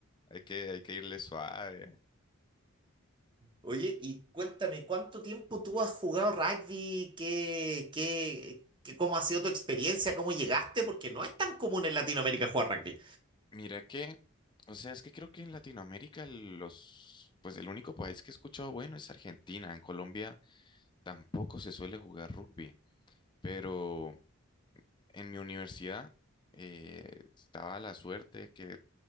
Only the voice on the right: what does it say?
Oye, y cuéntame, ¿cuánto tiempo tú has jugado rugby? ¿Qué, qué, qué- cómo ha sido tu experiencia? ¿Cómo llegaste? Porque no es tan común en Latinoamérica jugar rugby.